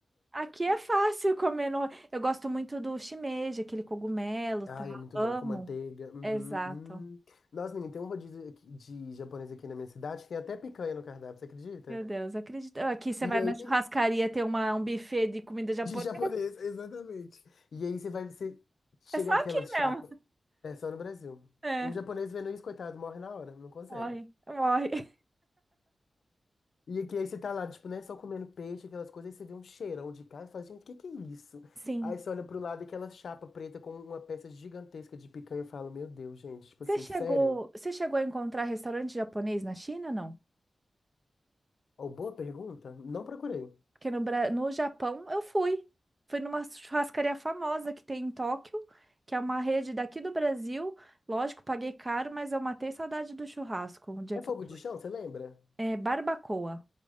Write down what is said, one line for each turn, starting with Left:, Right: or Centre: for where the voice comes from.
Right: Aqui é fácil comer no... Eu gosto muito do shimeji, aquele cogumelo,
Left: Ai,
Right: tá?
Left: é muito
Right: Amo.
Left: bom com manteiga. Uhum,
Right: Exato.
Left: hum. Nossa, menina, tem um rodízio aqui de japonês aqui na minha cidade, tem até picanha no cardápio, você acredita?
Right: Meu Deus, acredito. Aqui você vai
Left: E aí,
Right: na churrascaria ter uma, um buffet de comida japonesa.
Left: de japonês, <laughs> exatamente. E aí você vai, você chega
Right: É só
Left: aquela
Right: aqui
Left: chapa,
Right: mesmo.
Left: é só no Brasil.
Right: É,
Left: Um japonês vendo isso, coitado, morre na hora, não consegue.
Right: morre, morre. <laughs>
Left: E aqui aí você tá lá, tipo, né, só comendo peixe, aquelas coisas, aí você vê um cheirão de carne e fala, gente, o que que é isso?
Right: Sim.
Left: Aí você olha pro lado, aquela chapa preta com uma peça gigantesca de picanha e fala, meu Deus, gente, tipo
Right: Você
Left: assim,
Right: chegou,
Left: sério?
Right: você chegou a encontrar restaurante japonês na China, não?
Left: Ou boa pergunta? Não procurei.
Right: Porque no, Bra- no Japão eu fui. Fui numa churrascaria famosa que tem em Tóquio, que é uma rede daqui do Brasil. Lógico, paguei caro, mas eu matei saudade do churrasco o dia
Left: É
Right: que
Left: fogo
Right: eu
Left: de
Right: fui.
Left: chão, você lembra?
Right: É barbacoa,